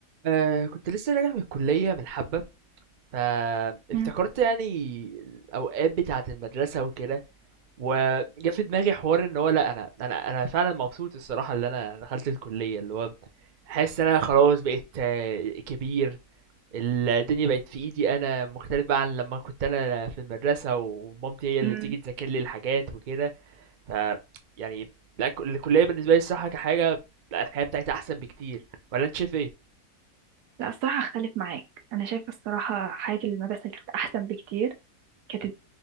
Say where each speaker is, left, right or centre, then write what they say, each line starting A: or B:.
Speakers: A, on the right (about 65°); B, on the right (about 80°).
A: آه كنت لسه راجع من الكلية من حبة فافتكرت
B: مم.
A: يعني الأوقات بتاعة المدرسة وكده وجا في دماغي حوار ان هو لا انا انا انا فعلا مبسوط الصراحة اللي انا دخلت الكلية اللي هو حاسس ان انا خلاص بقيت آه، كبير الدنيا بقت في ايدي انا مختلف بقى عن لما كنت انا في المدرسة ومامتي هي اللي
B: مم.
A: تيجي تذاكر لي الحاجات وكده ف يعني لا الك- الكلية بالنسبة لي الصراحة كحاجة لا الحياة بتاعتي احسن بكتير ولا انت شايف ايه؟
B: لا الصراحة أختلف معاك أنا شايفة الصراحة حياة المدرسة كانت أحسن بكتير كانت